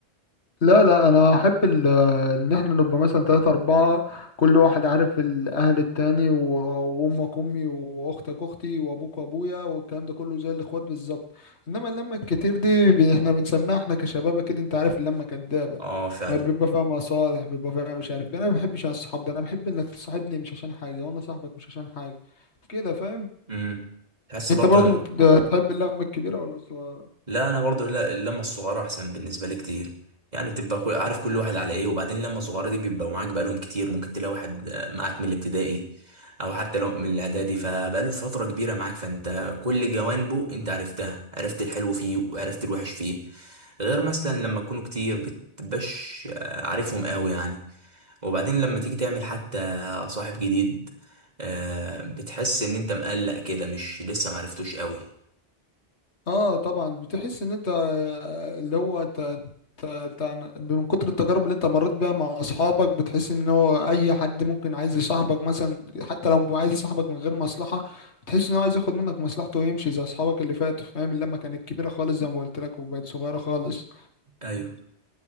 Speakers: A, on the left; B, on the right.
A: لا لا انا احب ال- ان احنا نبقى مثلا تلاتة اربعة كل واحد عارف الاهل التاني و- وامك امي واختك اختي وابوك وابويا والكلام ده كله زي الاخوات بالظبط انما اللمة الكتير دي ب- احنا بنسميها احنا كشباب كده انت عارف اللمة كدابة
B: اه فعلا
A: ما بيبقى فيها مصالح بيبقى فيها مش عارف إيه. انا ما بحبش انا الصحاب ده انا بحب انك تصاحبني مش عشان حاجة وانا صاحبك مش عشان حاجة كده فاهم
B: امم تحس
A: انت
B: برضه
A: برضو بت- بتحب اللمة الكبيرة ولا الصغيرة
B: لا انا برضو لا اللمه الصغيره احسن بالنسبه لي كتير يعني بتبقى كل- عارف كل واحد على ايه وبعدين اللمه الصغيره دي بيبقوا معاك بقالهم كتير ممكن تلاقي واحد آه، معاك من الابتدائي او حتى لو من الاعدادي فبقاله فتره كبيره معاك فانت كل جوانبه انت عرفتها عرفت الحلو فيه وعرفت الوحش فيه غير مثلا لما تكونوا كتير بتبقاش آه، عارفهم قوي يعني وبعدين لما تيجي تعمل حتى صاحب جديد آه، بتحس ان انت مقلق كده مش لسه معرفتوش قوي
A: اه طبعا بتحس ان انت آه، اللي هو انت انت انت من كتر التجارب اللي انت مريت بيها مع اصحابك بتحس ان هو اي حد ممكن عايز يصاحبك مثلا حتى لو هو عايز يصاحبك من غير مصلحة بتحس ان هو عايز ياخد منك مصلحته ويمشي زي اصحابك اللي فاتوا فاهم اللمة كانت كبيرة خالص زي ما قلت لك وبقت صغيرة خالص
B: ايوه